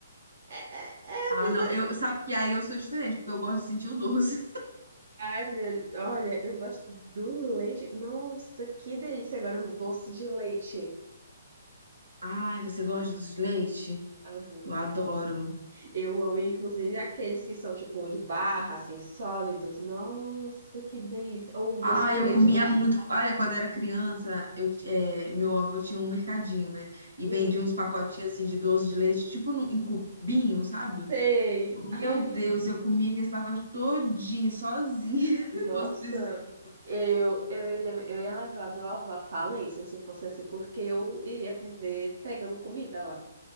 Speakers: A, on the right (about 50°); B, on the right (about 75°).
A: É, é, é
B: Ah,
A: a vida.
B: não, eu, sabe que aí eu sou diferente, porque eu gosto de sentir o doce.
A: Ai, meu, olha, eu gosto do leite. Nossa, que delícia! Agora um doce de leite.
B: Ai, você gosta de doce de leite?
A: Amo.
B: Eu adoro.
A: Eu amo, inclusive, aqueles que são tipo de barra, assim, sólidos. Nossa, que delícia! Ou um
B: Ah,
A: doce de
B: eu
A: leite
B: comia
A: no.
B: muito. Olha, quando eu era criança, eu, ti- eh, meu avô tinha um mercadinho, né? E
A: Hum,
B: vendia uns pacotinhos assim de doce de leite, tipo no- em cubinho, sabe?
A: sei. Ai,
B: Meu Deus, eu comia aqueles pacotes todinho, sozinha, <laughs>
A: nossa.
B: se fosse preciso.
A: Eu, eu, iria, eu ia levar meu avô à falência se fosse assim, porque eu iria viver pegando comida lá,